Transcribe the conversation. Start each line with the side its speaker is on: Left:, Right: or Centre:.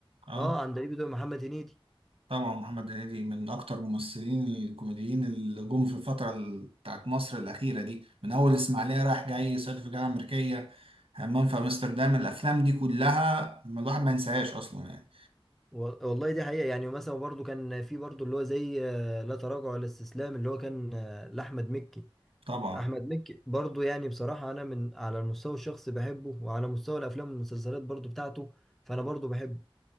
Right: اه
Centre: اه عندليب الدقي محمد هنيدي
Right: طبعا محمد هنيدي من اكتر الممثلين الكوميديين اللي جم في الفتره ال- بتاعت مصر الاخيره دي من اول اسماعيليه رايح جاي صعيدي في الجامعه الامريكيه همام في امستردام الافلام دي كلها ما الواحد ما ينساهاش اصلا يعني
Centre: و... والله دي حقيقة يعني ومثلا برضو كان في برضو اللي هو زي آه، لا تراجع ولا استسلام اللي هو كان آه، لأحمد مكي
Right: طبعا
Centre: احمد مكي برضو يعني بصراحه انا من على المستوى الشخصي بحبه وعلى مستوى الافلام والمسلسلات برضو بتاعته فانا برضو بحبه